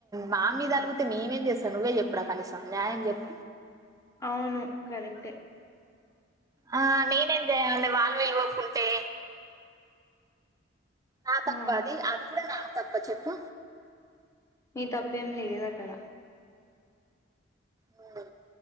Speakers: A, on the right (about 20°); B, on the left (about 15°).
A: మా మీద అలుగుతే మేమేం జేస్తాం నువ్వే చెప్పు రా కనీసం న్యాయం జేప్పు.
B: అవును కరెక్టే.
A: ఆ నేనేం జేయాలే వాళ్ళు వీలువ కుంటే. నా తప్పా
B: ఆ
A: అది అది గుడా నా తప్పా చెప్పు.
B: నీ తప్పేం లేదక్కడ.
A: హ్మ్.